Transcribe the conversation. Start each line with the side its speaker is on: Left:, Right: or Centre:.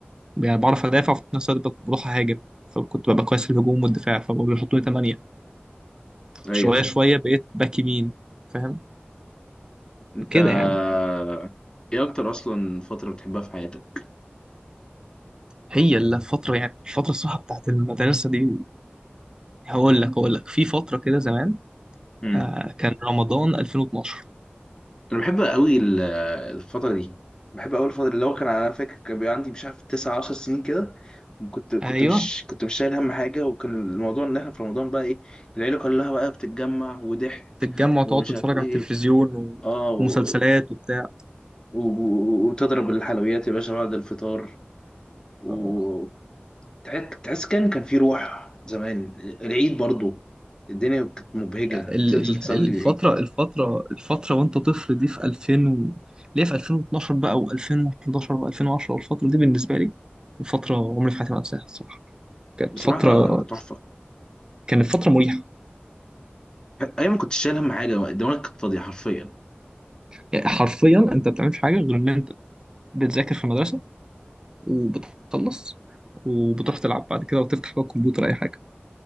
Right: يعني بعرف ادافع وفي نفس الوقت بق- بروح اهاجم فكنت ببقى كويس في الهجوم والدفاع فبقوا بيحطوني تمانية
Left: ايوه
Right: شويه
Left: ايوه
Right: شويه بقيت باك يمين فاهم
Left: انت
Right: كده
Left: آه،
Right: يعني
Left: ايه اكتر اصلا فتره بتحبها في حياتك
Right: هي الفترة يعني الفترة الصراحة بتاعت المدرسة دي هقول لك هقول لك في فترة كده زمان
Left: امم
Right: آه كان رمضان 2012
Left: انا بحب قوي ال- الفتره دي بحب قوي الفتره اللي هو كان انا فاكر كان بيبقى عندي مش عارف تسع عشر سنين كده كنت كنت
Right: ايوه
Left: مش كنت مش شايل هم حاجه وكان الموضوع ان احنا في رمضان بقى ايه العيله كلها بقى بتتجمع وضحك
Right: تتجمع وتقعد
Left: ومش
Right: تتفرج
Left: عارف ايه
Right: على التلفزيون
Left: اه و...
Right: ومسلسلات وبتاع
Left: و... و- وتضرب الحلويات يا باشا بعد الفطار و
Right: آه
Left: تح- تحس كان كان في روح زمان العيد برضو الدنيا كانت مبهجه
Right: ال-
Left: تنزل
Right: ال-
Left: تصلي
Right: الفترة
Left: العيد
Right: الفترة الفترة وانت طفل دي في 2000 و... ليه في 2012 بقى و2011 و2010 والفترة دي بالنسبة لي الفترة عمري في حياتي ما انساها الصراحة كانت
Left: بصراحه
Right: فترة
Left: تحفه
Right: كانت فترة مريحة
Left: ايام ما كنتش شايل هم حاجه دماغك كانت فاضيه حرفيا
Right: يعني حرفيا انت ما بتعملش حاجة غير ان انت بتذاكر في المدرسة وبتخلص وبتروح تلعب بعد كده وتفتح بقى الكمبيوتر أي حاجة